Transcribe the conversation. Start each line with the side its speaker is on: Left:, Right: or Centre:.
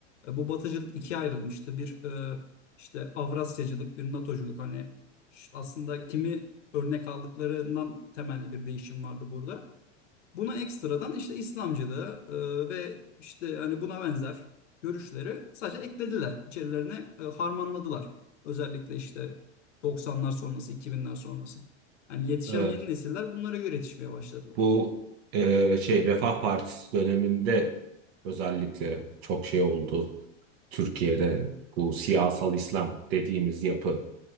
Left: E, Bu batıcılık ikiye ayrılmıştı. Bir e, işte Avrasyacılık, bir NATOculuk. Hani ş- aslında kimi örnek aldıklarından temelli bir değişim vardı burada. Buna ekstradan işte İslamcılığı e, ve işte hani buna benzer görüşleri sadece eklediler. İçerilerine e, harmanladılar. Özellikle işte 90'lar sonrası, 2000'ler sonrası. Yani yetişen
Right: Evet,
Left: yeni nesiller bunlara göre yetişmeye başladılar.
Right: bu e, şey Refah Partisi döneminde özellikle çok şey oldu. Türkiye'de bu siyasal İslam dediğimiz yapı